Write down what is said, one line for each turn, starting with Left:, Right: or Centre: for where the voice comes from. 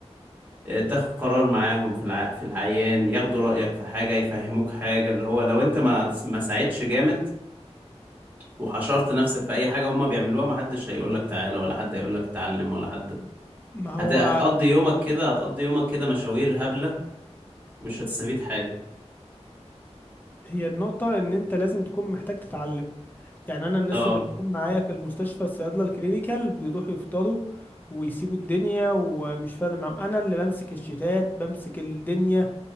Right: آه، تاخد قرار معاهم في الع... في العيان ياخدوا رأيك في حاجة يفهموك حاجة اللي هو لو انت ما ما ساعدتش جامد وحشرت نفسك في اي حاجه هم بيعملوها محدش هيقول لك تعالى ولا حد هيقول لك اتعلم ولا حد
Left: ما هو
Right: هت... هتقضي يومك كده هتقضي يومك كده مشاوير هبله ومش هتستفيد حاجه
Left: هي النقطه ان انت لازم تكون محتاج تتعلم يعني انا الناس
Right: اه
Left: اللي بتكون معايا في المستشفى الصيادله الكلينيكال بيروحوا يفطروا ويسيبوا الدنيا ومش فارق معاهم انا اللي بمسك الشتات بمسك الدنيا